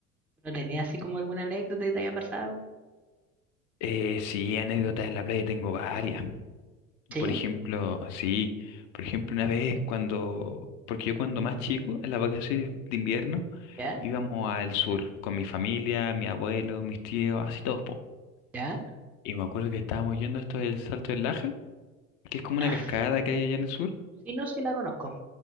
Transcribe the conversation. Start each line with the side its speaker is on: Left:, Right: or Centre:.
Centre: ¿No tenía así como alguna anécdota que te haya pasado?
Left: Eh, sí, anécdotas en la playa tengo varias.
Centre: Sí,
Left: Por ejemplo, sí, por ejemplo, una vez cuando, porque yo cuando más chico, en las vacaciones de invierno,
Centre: ya,
Left: íbamos al sur con mi familia, mi abuelo, mis tíos, así todos, po.
Centre: ya.
Left: Y me acuerdo que estábamos yendo a esto del Salto del Laja, que es como una
Centre: Ah,
Left: cascada que hay allá en el sur,
Centre: Sí, no, sí la conozco.